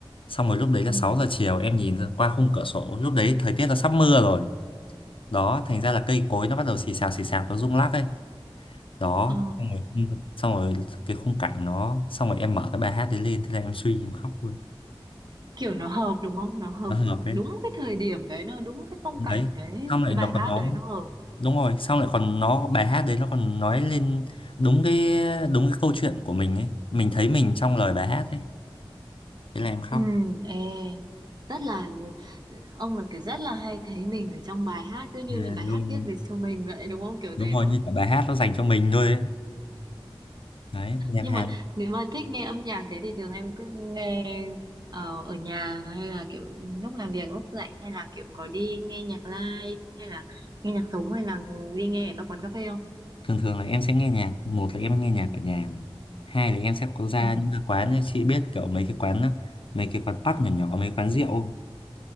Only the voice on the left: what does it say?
xong rồi lúc đấy là
sáu giờ chiều em nhìn ra qua khung cửa sổ lúc đấy thời tiết là sắp mưa rồi đó thành ra là cây cối nó bắt đầu xì xào xì xào nó rung lắc ấy đó
xong rồi, xong rồi cái khung cảnh nó xong rồi em mở cái bài hát đấy lên thế là em suy em khóc luôn
nó hợp đấy
đấy
xong lại
nó
còn nó
đúng rồi xong lại còn nó bài hát đấy nó còn nói lên đúng cái đúng cái câu chuyện của mình ấy mình thấy mình trong lời bài hát ấy thế là em khóc
à,
luôn
đúng
rồi
như
cả bài hát nó dành cho mình thôi ấy đấy nhạc
Hàn
thường thường là em sẽ nghe nhạc một là em nghe nhạc ở nhà này hai là em sẽ có ra
những cái quán ấy. chị biết kiểu mấy cái quán mấy cái quán pub nhỏ nhỏ mấy quán rượu không?